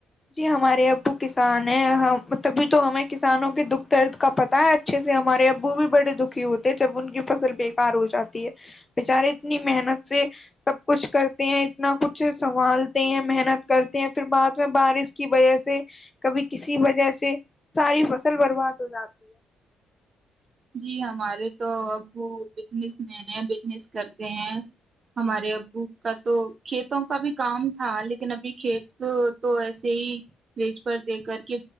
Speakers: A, on the left; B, on the right.
A: جی ہمارے ابو کسان ہیں ہم تبھی تو ہمیں کسانوں کے دکھ درد کا پتا ہے اچھے سے ہمارے ابو بھی بڑے دکھی ہوتے جب ان کی فصل بےیکار ہو جاتی ہے بیچارے اتنی محنت سے سب کچھ کرتے ہیں اتنا کچھ سنبھالتے ہیں محنت کرتے ہیں پھر بعد بارش کی وجہ سے کبھی کسی وجہ سے ساری فصل برباد ہو جاتی ہے
B: جی ہمارے تو ابو بجنس مین ہیں بجنس کرتے ہیں ہمارے ابو کا تو کھیتوں کا بھی کام تھا لیکن ابھی کھیت تو ایسے ہی ویج پر دے کر کے